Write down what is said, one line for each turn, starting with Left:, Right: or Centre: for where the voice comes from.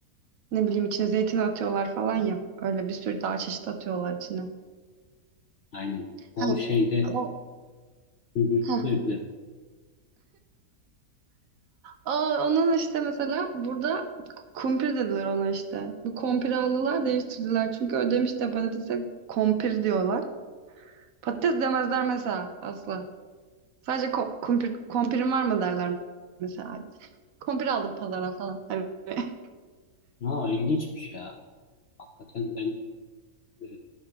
Right: ne bileyim içine zeytin atıyorlar falan ya. Öyle bir sürü daha çeşit atıyorlar içine.
Left: Aynen. O
Right: Ha,
Left: şeyde.
Right: o,
Left: Hı hı.
Right: heh.
Left: Buyur buyur.
Right: Aa, onun işte mesela burada kumpir dediler ona işte. Bu kompiri aldılar değiştirdiler. Çünkü ödemiş de patatese kompir diyorlar. Patates demezler mesela asla. Sadece ko- kumpir, kompirin var mı derler mesela. Kumpir aldım pazardan falan. Hani- <laughs>
Left: Ha, ilginçmiş ya. Hakikaten ben e,